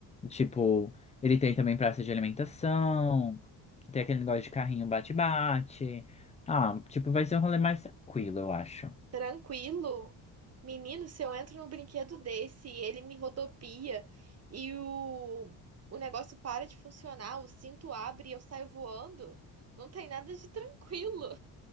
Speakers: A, on the left; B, on the right.
A: Tipo, ele tem também praça de alimentação, tem aquele negócio de carrinho bate-bate. Ah, tipo, vai ser um rolê mais tranquilo, eu acho.
B: Tranquilo? Menino, se eu entro num brinquedo desse e ele me rodopia e o, o negócio para de funcionar, o cinto abre e eu saio voando, não tem nada de tranquilo.